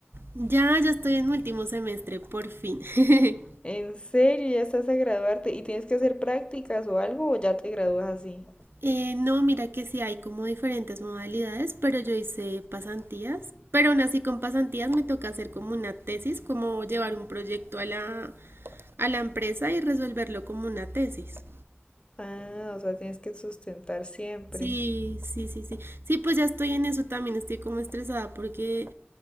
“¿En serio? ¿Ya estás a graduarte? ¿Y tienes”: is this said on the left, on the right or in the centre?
Left